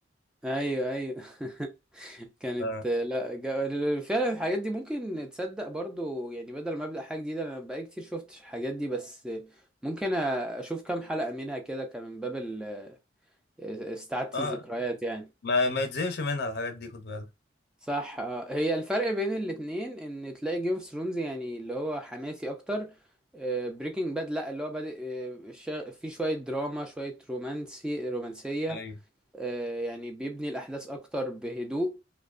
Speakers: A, in the centre; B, on the left.
A: ايوه ايوه <laughs> كانت
B: اه,
A: لا جا- فعلا الحاجات دي ممكن تصدق برضو يعني بدل ما ابدا حاجه جديده انا بقالي كتير شفتش الحاجات دي بس ممكن اشوف كام حلقه منها كده كان من باب ال- استعادة
B: آه.
A: الذكريات يعني
B: ما ما يتزهقش منها الحاجات دي خد بالك
A: صح آه. هي الفرق بين الاتنين ان تلاقي جيم اوف ثرونز يعني اللي هو حماسي اكتر بريكنج باد لا اللي هو بادئ آه، شا- في شويه دراما شويه رومانسي رومانسيه
B: ايوه
A: آه، يعني بيبني الاحداث اكتر بهدوء